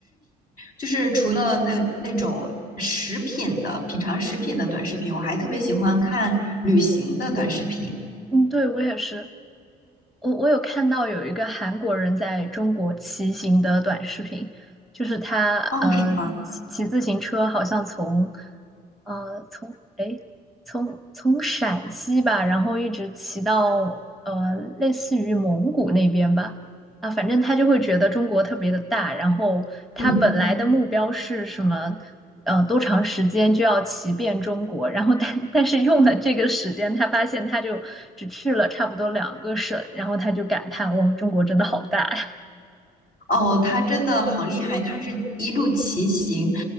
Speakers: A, on the left; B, in the centre.
A: 就是除了那那种食品的品尝食品的短视频，我还特别喜欢看旅行的短视频。
B: 嗯，对，我也是。我我有看到有一个韩国人在中国骑行的短视频，就是他呃骑骑自行车，
A: 哦，是吗？
B: 好像从呃从诶从从陕西吧，然后一直骑到呃类似于蒙古那边吧，啊，反正他就会觉得中国特别的大，然后他本来的目标是什么？
A: 嗯。
B: 呃，多长时间就要骑遍中国？然后但但是用了这个时间，他发现他就只去了差不多两个省，然后他就感叹：哇，中国真的好大！呀！
A: 哦，他真的好厉害，他是一路骑行，